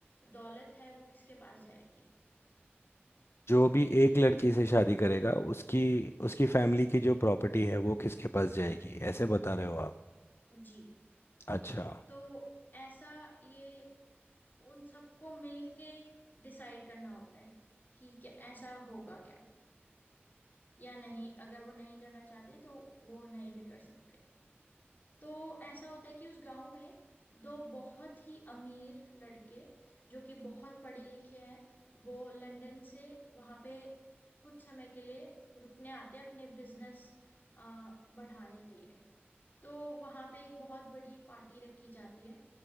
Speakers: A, on the left (about 45°); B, on the left (about 75°).
A: दौलत है वो किसके पास जाएगी
B: जो भी एक लड़की से शादी करेगा उसकी उसकी फैमिली की जो प्रॉपर्टी है वो किसके पास जाएगी ऐसे बता रहे हो आप
A: जी
B: अच्छा
A: तो ऐसा ये उन सबको मिलके डिसाइड करना होता है कि क्या ऐसा होगा क्या या नहीं अगर वो नहीं करना चाहते तो वो नहीं भी कर सकते तो ऐसा होता है कि उस गांव में दो बहुत ही अमीर लड़के जो कि बहुत पढ़े लिखे हैं वो लंदन से वहां पे कुछ समय के लिए रुकने आते हैं अपने बिजनेस बढ़ाने के लिए तो वहां पे एक बहुत बड़ी पार्टी रखी जाती है